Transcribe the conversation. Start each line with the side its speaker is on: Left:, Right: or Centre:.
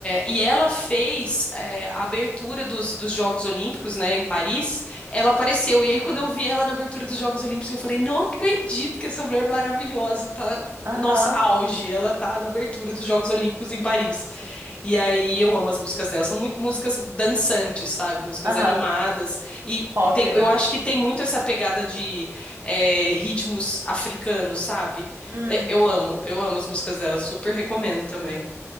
Left: E ela fez é, a abertura dos, dos Jogos Olímpicos, né, em Paris. Ela apareceu. E aí,
Right: Hum.
Left: quando eu vi ela na abertura dos Jogos Olímpicos, eu falei: não acredito que essa mulher maravilhosa tá.
Right: Aham.
Left: Nossa, auge! Ela tá na abertura dos Jogos Olímpicos em Paris.
Right: Nossa.
Left: E aí, eu amo as músicas dela. São muito músicas dançantes, sabe? Músicas
Right: Aham.
Left: animadas. E
Right: Pop,
Left: tem, eu
Right: né?
Left: acho que tem muito essa pegada de é, ritmos africanos, sabe?
Right: Hum,
Left: É, Eu amo, eu amo as músicas dela. Super recomendo também.